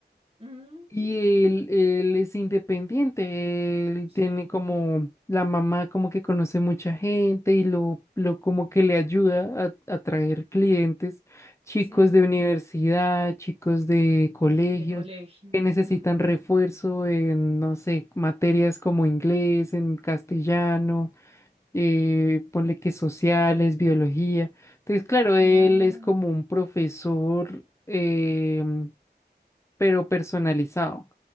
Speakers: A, on the right; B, on the left.
A: Ujú.
B: Y él, él es independiente, él
A: Sí.
B: tiene como la mamá como que conoce mucha gente y lo, lo como que le ayuda a a traer clientes, chicos
A: Sí,
B: de universidad, chicos de colegios
A: de colegio.
B: que necesitan
A: Mm.
B: refuerzo en, no sé, materias como inglés, en castellano, eh, ponle que sociales, biología. Entonces, claro, él
A: Ah,
B: es como un profesor, em, pero personalizado.